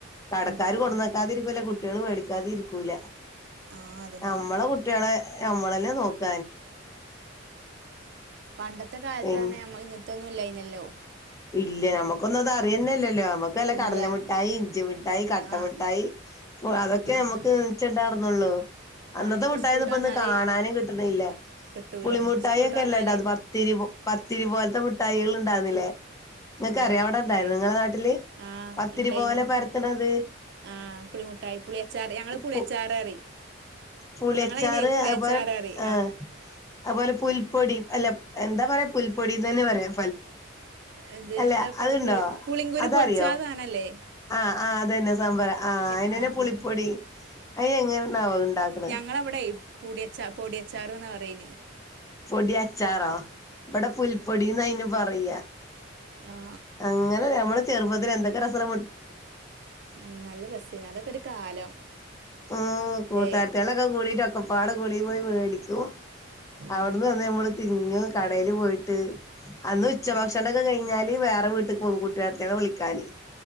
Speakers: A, on the left; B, on the right.
A: കടക്കാര്
B: ഇല്ല
A: കൊട്ന്നേക്കാതിരിക്കില്ല
B: ഉം
A: കുട്ടികള് മേടിക്കാതിരിക്കൂല ക്കൂല്ല
B: ആഹ് അതന്നെ
A: നമ്മള കുട്ടികളെ നമ്മളന്നെ നോക്ക.
B: പണ്ടത്തെ കാലത്തന്ന
A: പിന്നെ
B: ഇങ്ങനത്തോന്നും ഇല്ലായിന്നല്ലോ?
A: ഇല്ല നമുക്കൊന്നും അത് അറിയന്നെല്ലലോ? നമക്ക് നല്ല
B: ഇല്ല
A: കടലമിഠായി ഇഞ്ചിമിഠായി കട്ടമിഠായി
B: ആഹ്
A: അതൊക്കെ
B: ആഹ്
A: നമുക്ക് ച്ച ട ന്നുള്ളൂ അന്നത്തെ
B: ആഹ് ഇനിയിപ്പോ
A: മുട്ടായൊന്നും
B: സ്കൂൾട്ട്
A: ഇപ്പൊ
B: വന്നാല്
A: ഇന്ന് കാണാനെ കിട്ടണില്ല
B: കിട്ടൂല
A: പുളിമുട്ടായി
B: സ്കൂൾട്ട്
A: ഒക്കെ
B: വന്നാല്
A: എല്ലാം ഇണ്ടായിന് പത്തിരി പത്തിരി പോലത്തെ മുട്ടായികൾ ഇണ്ടാര്ന്നില്ലേ ഇങ്ങക്ക്
B: ആഹ്
A: അറിയോ അവിടെ ഉണ്ടായിരുന്നോ
B: ഉണ്ടായി
A: ഇങ്ങളെ നാട്ടില്
B: ആഹ്
A: പത്തിരിപോലെ
B: ഉണ്ടായിനു
A: പരത്ത്ണത്
B: ആഹ് പുളിമുട്ടായി പുളി ഞങ്ങള് പുളിയച്ചാർഅറിം
A: പു പുളിയച്ചാറ്
B: ഞങ്ങൾ അയ്ൻ പുളിയച്ചാർനറിം
A: അതുപോലെ ആഹ് അതുപോലെ പുൽപൊടി അല്ല എന്താ പറയാ പുൽപ്പൊടി തന്നെ പറയാ
B: എത്
A: അല്ല
B: എന്താ ഇപ്പൊ
A: അതുണ്ടോ
B: പുളി പുളിങ്കൂരു
A: അതറിയോ
B: പൊടിച്ചാസാനല്ലേ
A: ആഹ് ആ അതന്നെ സംഭരം ആഹ് അയിനെന്നെ
B: ആ
A: പുളിപ്പൊടി
B: ആ
A: അയിൻ എങ്ങനെനാവോ അത് ഇണ്ടാക്ക്ണെ
B: ങ്ങള്ളവിടെ പൊടിയച്ചാ പൊടിയച്ചാർന്നാ പറയ്ന്
A: പൊടി അച്ചാറോ ഇവിടെ പുൽപ്പൊടിന്നയിന് പറയാ
B: ആ
A: അങ്ങനെ ഞമ്മള് ചെറുപ്പത്തിൽ എന്തൊക്കെ രസള്ളെ
B: ഉം നല്ല രസേന് അതൊക്കെ ഒരു കാലം
A: ഉം കൂട്ടാരത്തിളൊക്കെകൂടിട്ട്
B: ല്ലേ
A: ഒക്കെപ്പാടെ കൂടി പോയി മേടിക്കും.
B: ഉം
A: അവിടന്ന് വന്ന് ഞമ്മള് തിന്നും കടെല് പോയിട്ട് അന്ന്
B: ഉം
A: ഉച്ചഭക്ഷണോക്കെ കഴിഞ്ഞാല് വീട്ട്ക്ക് പോവും കൂട്ടാരതിയേളെ വിളിക്കാന്